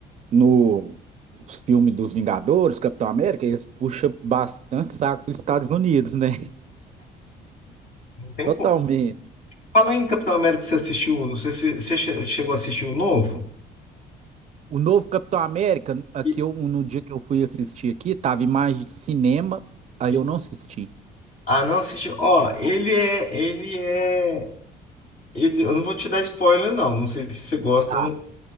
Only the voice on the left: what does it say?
não tem
Fala aí em Capitão América que você assistiu, não sei se você che- chegou a assistir o novo.
E-
Sim.
Ah, não assistiu. Ó, ele é, ele é, ele, eu não vou te dar spoiler não, não sei se você gosta
ou não.